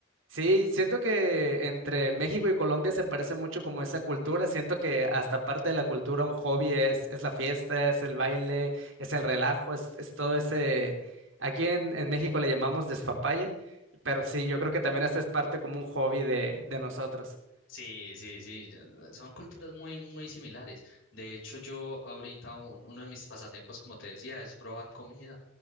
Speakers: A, on the right; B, on the left.
A: Sí, siento que entre México y Colombia se parece mucho como esa cultura. Siento que hasta parte de la cultura un hobby es, es la fiesta, es el baile, es el relajo, es, es todo ese... Aquí en, en México le llamamos despapalle, pero sí, yo creo que también esa es parte como un hobby de, de nosotros.
B: Sí, sí, sí, ya- son culturas muy, muy similares. De hecho, yo ahorita u- uno de mis pasatiempos, como te decía, es probar comida